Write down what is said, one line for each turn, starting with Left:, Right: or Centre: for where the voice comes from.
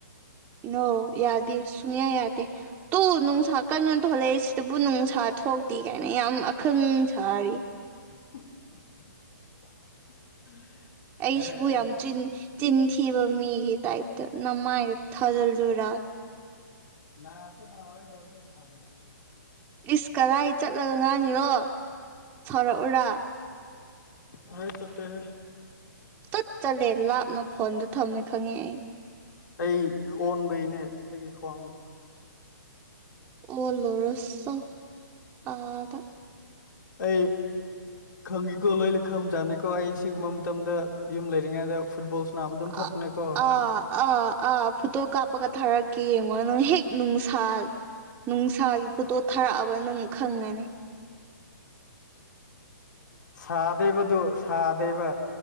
Right: ꯅꯣ ꯌꯥꯗ ꯁꯨꯡꯌꯥ ꯌꯥꯗ ꯇꯨ ꯅꯨꯡꯁꯥ ꯀꯟꯅ ꯊꯣꯛꯂꯛꯑ‌ꯦ ꯁꯤꯗꯕꯨ ꯅꯨꯡꯁꯥ ꯊꯣꯛꯇꯦ ꯀꯥꯏꯅ ꯌꯥꯝ ꯄꯈꯪ ꯁꯔꯤ
Left: <inaudible>
Right: ꯑꯩꯁꯤꯕꯨ
Left: ꯑꯦ ꯑꯩ
Right: ꯌꯥꯝ ꯆꯤꯟ ꯆꯤꯟꯊꯤꯕꯝꯃꯤ ꯃꯤꯒꯤ ꯇꯥꯏꯞꯇ ꯅꯃꯥꯗ ꯊꯖꯜꯂꯨꯔꯥ
Left: ꯅ ꯑꯁꯨꯝ ꯃꯥꯔꯛꯇ ꯊꯝꯅꯤꯗꯨ
Right: ꯏꯁ ꯀꯔꯥꯏ ꯆꯠꯂꯒ ꯉꯥꯡꯉꯤꯔꯣ ꯁꯥꯎꯔꯛꯎꯔꯥ
Left: ꯍꯥꯏ ꯆꯠꯇ ꯍ
Right: ꯆꯠ ꯆꯠꯂꯦ ꯂꯥꯞꯅ ꯐꯣꯟꯗ ꯊꯝꯃꯦ ꯈꯪꯉꯦ ꯑꯩ
Left: ꯑꯩ ꯑꯣꯟꯕꯩꯅꯦ ꯑꯩꯒꯤ ꯈ꯭ꯋꯥꯡꯗꯣ
Right: ꯑꯣꯂꯔꯁꯣ ꯑꯗ
Left: ꯑꯩ ꯈꯪꯉꯤꯀꯣ ꯂꯣꯏꯅ ꯈꯪꯕꯖꯥꯅꯤꯀꯣ ꯑꯩ ꯁꯤꯒꯨꯝꯕ ꯃꯇꯝꯗ ꯌꯨꯝ ꯂꯩꯔꯤꯉꯩꯗ ꯐꯨꯠꯕꯣꯜ ꯁꯥꯟꯅꯕ ꯑꯗꯨꯝ ꯊꯣꯛꯄꯅꯦꯀꯣ
Right: ꯑ ꯑꯥ ꯑꯥ ꯑꯥ ꯐ ꯀꯥꯄ ꯊꯥꯔꯛꯀꯦ ꯌꯦꯡꯉꯣ ꯅꯪ ꯍꯦꯛ ꯅꯨꯡꯁꯥ ꯅꯨꯡꯁꯥꯒꯤ ꯄꯣꯇꯣ ꯊꯥꯔꯛꯑꯕ ꯅꯪ ꯈꯪꯒꯅꯤ
Left: ꯁꯥꯗꯦꯕꯗꯨ ꯁꯥꯗꯦꯕ